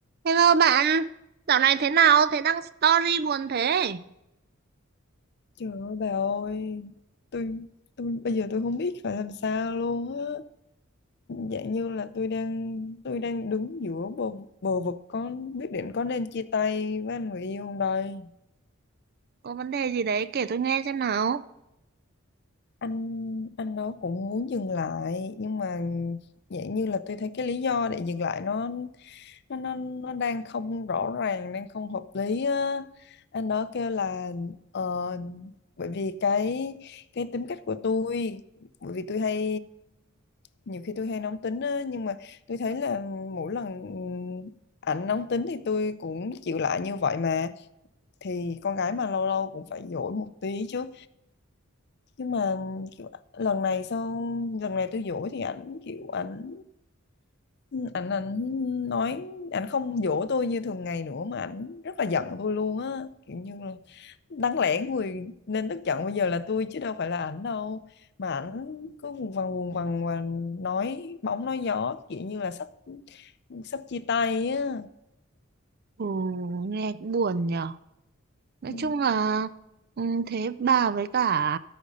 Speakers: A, on the right; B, on the left.
A: Hello bạn, dạo này thế nào? Thế đăng story buồn thế?
B: Trời ơi bà ơi tôi tôi bây giờ tôi không biết phải làm sao luôn á dạng như là tôi đang tôi đang đứng giữa bờ bờ vực có biết định có nên chia tay với anh người yêu không đây
A: Có vấn đề gì đấy kể tôi nghe xem nào.
B: anh anh đó cũng muốn dừng lại nhưng mà dạng như là tôi thấy cái lý do để dừng lại nó nó nó, nó đang không rõ ràng đang không hợp lý á. Anh đó kêu là ờ, bởi vì cái cái tính cách của tôi bởi vì tôi hay nhiều khi tôi hay nóng tính á, nhưng mà tôi thấy là mỗi lần ảnh nóng tính thì tôi cũng chịu lại như vậy mà thì con gái mà lâu lâu cũng phải dỗi một tí chứ nhưng mà kiểu lần này sau lần này tôi dỗ thì ảnh kiểu ảnh ảnh ảnh nói ảnh không dỗ tôi như thường ngày nữa mà ảnh rất là giận tôi luôn á kiểu như là đáng lẽ người nên tức giận bây giờ là tôi chứ đâu phải là ảnh đâu mà ảnh cứ vùng vằng vùng vằng và nói bóng nói gió kiểu như là sắp sắp chia tay á
A: Ừ, nghe cũng buồn nhở. Nói
B: Ừ.
A: chung là ừ, thế bà với cả